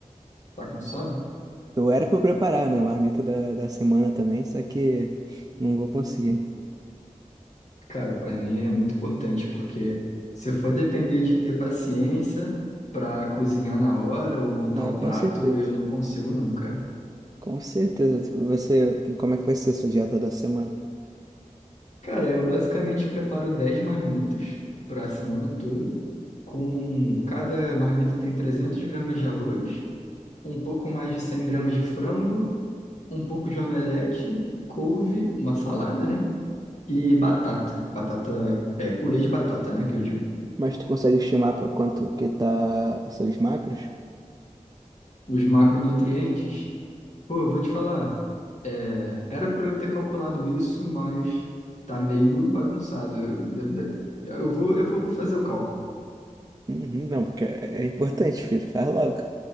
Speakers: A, on the left (about 60°); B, on the right (about 30°).
A: Tá com sono?
B: Eu era pra eu preparar, né, a marmita da, da semana também, só que não vou conseguir.
A: Cara, para mim é muito importante porque se for depender de ter paciência para cozinhar na hora ou montar
B: Ah,
A: o
B: com
A: prato,
B: certeza.
A: eu não consigo não, cara.
B: Com certeza. Você, como é que vai ser a sua dieta da semana?
A: Cara, eu basicamente preparo 10 marmitas para a semana toda. Com cada marmita tem 300 gramas de arroz, um pouco mais de 100 gramas de frango, um pouco de omelete, couve, uma salada, né? E batata. Batata, é purê de batata, né? Que eu digo.
B: Mas tu consegue estimar pra quanto que tá seus macros?
A: Os macronutrientes, pô, eu vou te falar, é, era para eu ter calculado isso, mas tá meio bagunçado. Eu, de- de- eu vou, eu vou fazer o cálculo.
B: Uhum, não, porque é é importante, filho. Faz logo.